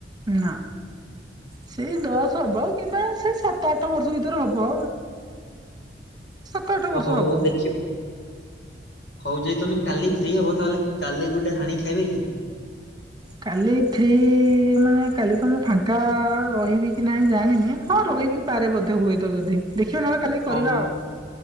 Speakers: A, on the right; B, on the left.
A: ନା। ସେଇ ଦଶ ହବ କିମ୍ବା ସେଇ ସାତ ଆଠ ବର୍ଷ ଭିତରେ ହବ ସାତ ଆଠ
B: ଓ
A: ବର୍ଷ
B: ହଉ
A: ହବ।
B: ଦେଖି ହଉ ଯଦି ତମେ କାଲି ଫ୍ରି ହବ ତାହେଲେ କାଲି ଗୋଟେ ହାଣିକି ଖାଇବାକି?
A: କାଲି ଫ୍ରି ମାନେ କାଲି ତ ମୁଁ ଫାଙ୍କା ରହିବି କି ନାହିଁ ଜାଣିନି ହଁ ରହିବି। ପାରେ ବୋଧେ ହୁଏତ ଯଦି ଦେଖିବା ନହେଲେ କାଲି
B: ହଉ
A: କରିବା ଆଉ।